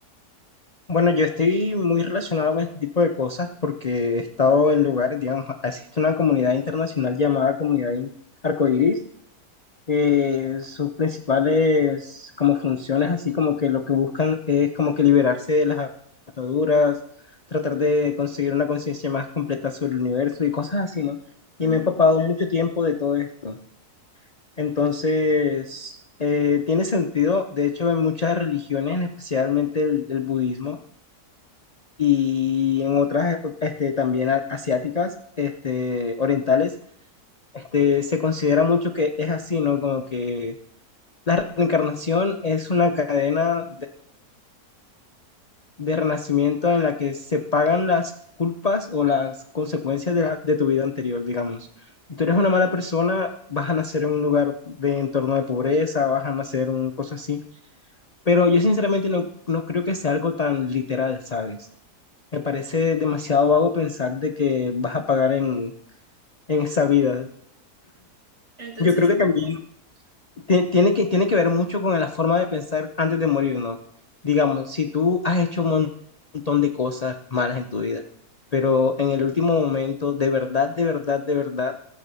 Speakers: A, on the left; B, on the right.
A: Bueno, yo estoy muy relacionado con este tipo de cosas porque he estado en lugares, digamos, existe una comunidad internacional llamada Comunidad In- Arcoiris. eh, sus principales como funciones, así como que lo que buscan es como que liberarse de las ataduras, tratar de conseguir una conciencia más completa sobre el universo y cosas así, ¿no? Y
B: Ujú.
A: me he empapado mucho tiempo de todo esto. Entonces, eh, tiene sentido, de hecho, en muchas religiones, especialmente el, el budismo y en otras este, también a- asiáticas, este, orientales, este, se considera mucho que es así, ¿no? Como que la reencarnación es una cadena de renacimiento en la que se pagan las culpas o las consecuencias de, la- de tu vida anterior, digamos. Si tú eres una mala persona, vas a nacer en un lugar de entorno de pobreza, vas a nacer en una cosa así. Pero yo sinceramente no, no creo que sea algo tan literal, ¿sabes? Me parece
B: Co-
A: demasiado vago pensar de que vas a pagar en, en esa vida.
B: Entonces,
A: Yo creo que también Ti- Tiene que, tiene que ver mucho con la forma de pensar antes de morir, ¿no? Digamos, si tú has hecho un mon- montón de cosas malas en tu vida, pero en el último momento, de verdad, de verdad, de verdad,